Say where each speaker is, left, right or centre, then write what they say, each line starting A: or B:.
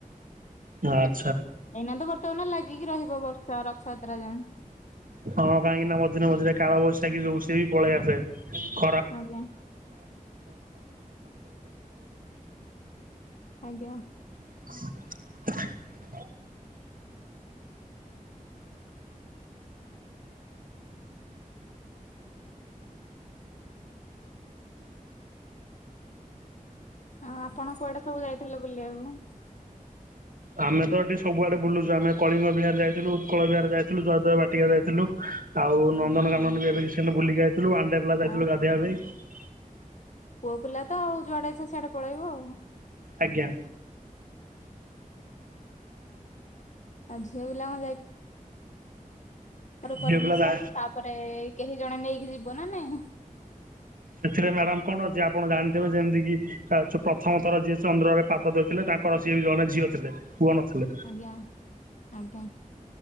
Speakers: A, on the right (about 75°); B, on the left (about 55°).
A: ହଁ <unintelligible>
B: ଏଇନା ତ ବର୍ତ୍ତମାନ ଲାଗିକି ରହିବ ବର୍ଷା ରଥଯାତ୍ରା ଯାଏଁ।
A: ହଁ କାହିଁକି ନା ମଝିରେ ମଝିରେ କାଳ ବୈଶାଖ ଯୋଉ ସିଏ ବି ପଳେଇ ଆସେ। <inaudible>
B: ଆଜ୍ଞା। ଆଜ୍ଞା।
A: <unintelligible>
B: ଆଉ ଆପଣ କୁଆଡ଼େ ସବୁ ଯାଇଥିଲେ ବୁଲିବାକୁ?
A: ଆମେ ତ ଏଠି ସବୁଆଡେ ବୁଲୁଛୁ ଆମେ କଳିଙ୍ଗ ବିହାର ଯାଇଥିଲୁ ଉତ୍କଳ ବିହାର ଯାଇଥିଲୁ ଜୟଦେବ ବାଟିକା ଯାଇଥିଲୁ। ଆଉ ନନ୍ଦନ
B: ଆଚ୍ଛା
A: ଗାନନ ବି ଏବେ ରିସେଣ୍ଟ ବୁଲିକି ଆଇଥିଲୁ ଆଣ୍ଡେଲା ଯାଇଥିଲୁ
B: ଆଉ
A: ଗାଧୋଇବା ପାଇଁ।
B: ପୁଅ ପିଲା ତ ଆଉ ଯୁଆଡେ ଇଚ୍ଛା ସିଆଡେ ପଳେଇବ।
A: ଆଜ୍ଞା।
B: ଆଉ ଝିଅପିଲା କଣ ଯାଇ ପ୍ରଥମେ ପରମିସନ
A: ଝିଅ ପିଲା ଯା
B: ତାପରେ କେହି ଜଣେ ନେଇକି ଯିବ ନା ନାଇଁ।
A: ସେଥିରେ ମ୍ୟାଡାମ କଣ ଅଛି ଆପଣ ଜାଣିଥିବେ ଯେମିତି କିି ପ୍ରଥମ ଥର ଯିଏ ଚନ୍ଦ୍ରରେ ପାଦ ଦେଇଥିଲେ ତାଙ୍କର ସିଏ ବି ଜଣେ ଝିଅ ଥିଲେ ପୁଅ ନଥିଲେ।
B: ଆଜ୍ଞା ଆଜ୍ଞା